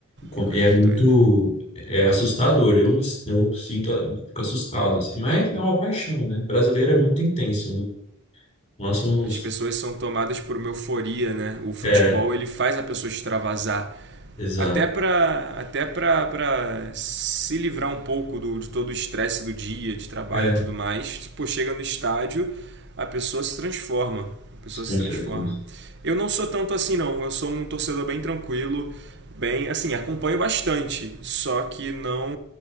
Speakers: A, on the left; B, on the right.
A: Com-
B: É coisa
A: É muito.
B: de doida.
A: É assustador. Eu, eu sinto, ah, fico assustado, assim. Mas é uma paixão, né? Brasileiro é muito intenso, né? Nós somos.
B: As pessoas são tomadas por uma euforia, né? O futebol,
A: É,
B: ele faz a pessoa extravasar.
A: exato.
B: Até pra, até pra, pra se livrar um pouco do, de todo o estresse do dia, de trabalho
A: É,
B: e tudo mais. Pô, chega no estádio, a pessoa se transforma. A pessoa
A: com
B: se
A: certeza.
B: transforma. Eu não sou tanto assim, não. Eu sou um torcedor bem tranquilo, bem, assim, acompanho bastante. Só que não,